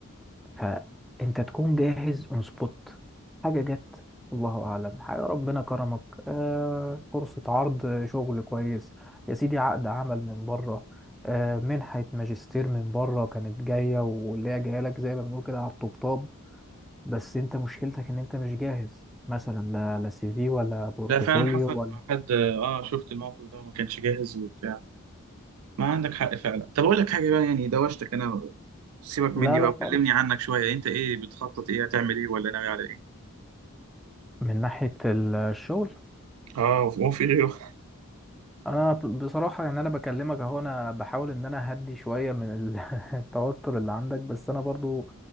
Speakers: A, in the centre; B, on the right.
A: فانت تكون جاهز اون سبوت حاجه جت الله اعلم حاجه ربنا كرمك آه فرصه عرض شغل كويس يا سيدي عقد عمل من بره آه منحه ماجستير من بره كانت جايه واللي هي جايه لك زي ما بنقول كده على الطبطاب بس انت مشكلتك ان انت مش جاهز مثلا لا لا سي في ولا بورتفوليو
B: لا فعلا حصلت
A: ولا
B: مع حد اه شفت الموقف ده وما كانش جاهز وبتاع ما عندك حق فعلا طب اقول لك حاجة بقى يعني دوشتك انا سيبك
A: لا
B: مني
A: لا
B: بقى وكلمني
A: خالص
B: عنك شوية انت ايه بتخطط ايه هتعمل ايه ولا ناوي على ايه
A: من ناحيه الشغل
B: اه هو في غيره
A: انا ب- بصراحه يعني انا بكلمك اهو انا بحاول ان انا اهدي شويه من ال- <laughs> التوتر اللي عندك بس انا برضو